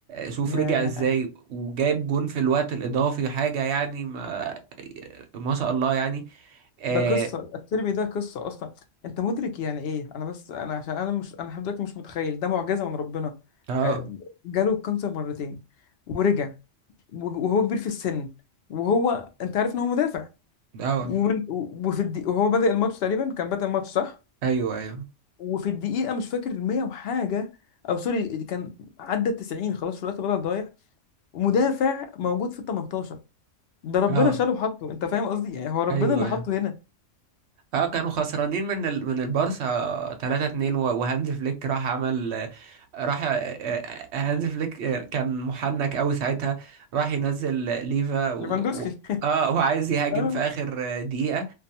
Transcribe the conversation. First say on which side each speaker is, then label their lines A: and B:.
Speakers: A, on the right (about 65°); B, on the left (about 60°).
A: شوف
B: يا
A: رجع ازاي وجايب جون في الوقت الاضافي حاجه يعني ما, ما شاء الله يعني اه
B: ده قصه التربي ده قصه اصلا انت مدرك يعني ايه انا بس انا عشان انا مش انا لحد دلوقتي مش متخيل ده معجزه من ربنا
A: اه
B: آه، جاله الكانسر مرتين ورجع وهو كبير في السن وهو انت عارف ان هو مدافع
A: آه،
B: ومن و- وفي الدي... وهو بادئ الماتش تقريبا كان بادئ الماتش صح
A: ايوه ايوه
B: وفي الدقيقة مش فاكر المية وحاجة أو سوري دي كان عدى التسعين خلاص في الوقت بدل ضايع ومدافع موجود في التمنتاشر ده ربنا
A: اه
B: شاله وحطه أنت فاهم قصدي يعني هو ربنا
A: ايوه
B: اللي حطه
A: ايوه
B: هنا
A: اه كانوا خسرانين من ال... من البارسا 3 2 وهانز فليك راح عمل راح آه، آه، هانز فليك آه، كان محنك قوي ساعتها راح ينزل ليفا و...
B: ليفاندوسكي
A: و... اه وعايز يهاجم
B: <laughs> اه
A: في اخر آه، دقيقه